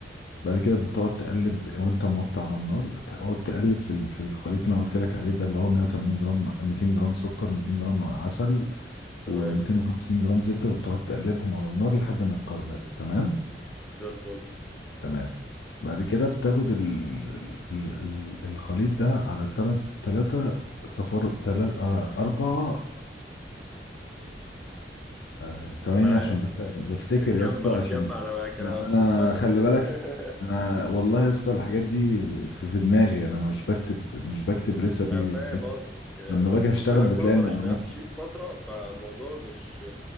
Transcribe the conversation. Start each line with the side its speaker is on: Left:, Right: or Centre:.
Left: بعد كده بتقعد تقلب وانت موطي على النار بتقعد تقلب في ال- في الخليط اللي انا قلت لك عليه ده اللي هو 180 جرام 200 جرام سكر 200 جرام عسل
Centre: تمام
Left: و250 جرام زبدة وتقعد تقلبهم على النار لحد ما يتكرملوا تمام
Centre: زي الفل
Left: تمام بعد كده بتاخد ال... ال... ال- الخليط ده على تلات تلاتة صفار تلات آه، أربعة آه، ثواني
Centre: معاك
Left: عشان بس
Centre: معاك
Left: أبقى بفتكر
Centre: <laughs> جمع
Left: يا اسطى عشان
Centre: جمع انا معاك انا
Left: أنا
Centre: منتظرك
Left: خلي بالك
Centre: <laughs>
Left: أنا والله يا اسطى الحاجات دي في, في دماغي أنا مش بكتب مش بكتب ريسبي
Centre: انا فاهم
Left: فاهم
Centre: قصدك آه،
Left: لما باجي أشتغل
Centre: خد بالك
Left: بتلاقي
Centre: برضه
Left: المعلومات
Centre: انا اشتغلت شيف فتره فالموضوع مش